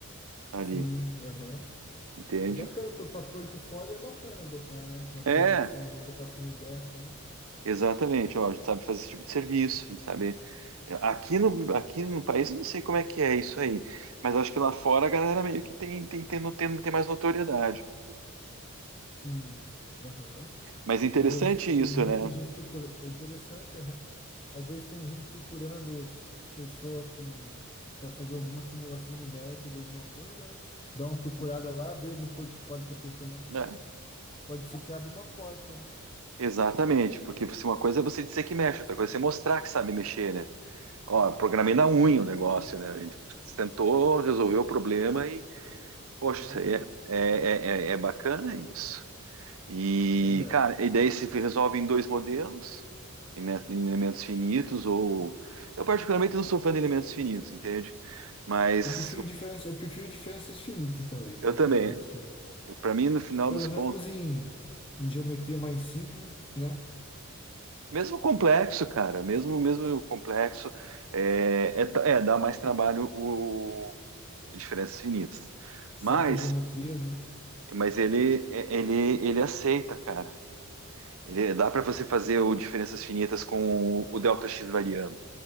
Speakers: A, on the right (about 70°); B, on the left (about 25°).
A: ali,
B: Sim, aham.
A: entende?
B: É bacana, para portfólio é bacana botar, né? Umas
A: É,
B: resoluções, umas equações dessa, né?
A: exatamente. Ó, a gente sabe fazer esse tipo de serviço, a gente sabe. é, Aqui no, aqui no país, eu não sei como é que é isso aí, mas acho que lá fora a galera meio que tem, tem, tem, no- tem, tem mais notoriedade.
B: Sim, aham.
A: Mas interessante
B: Às vezes
A: isso,
B: tem gente,
A: né?
B: tem gente procurando. É interessante, aham. Às vezes tem gente procurando pessoa com para fazer alguma simulação numérica de alguma coisa, né? Dá uma procurada lá, vê no portfólio que a pessoa mexe
A: É,
B: com isso. Pode ser que abra uma porta, né?
A: exatamente, porque você, uma coisa é você dizer que mexe, outra coisa é você mostrar que sabe mexer, né? Ó, programei na unha
B: Sim,
A: o negócio, né? A gente tentou resolver o problema e, poxa,
B: verdade.
A: isso aí é, é, é, é é bacana isso. E,
B: Verdade.
A: cara, e daí se resolve em dois modelos, em, me- em elementos finitos, ou. Eu, particularmente, não sou fã de elementos finitos, entende? Mas
B: Eu prefiro diferença, eu prefiro diferenças finitas também
A: eu
B: do
A: também.
B: que elementos finitos.
A: Para mim, no final
B: Pelo
A: dos contos,
B: menos em, em geometria mais simples, né?
A: mesmo complexo, cara, mesmo mesmo complexo, é, é, ta- é, dá mais trabalho o, o diferenças finitas.
B: Certas
A: Mas,
B: geometrias, né?
A: mas ele, é- ele, ele aceita, cara. Ele, dá para você fazer o diferenças finitas com o, o delta x variando.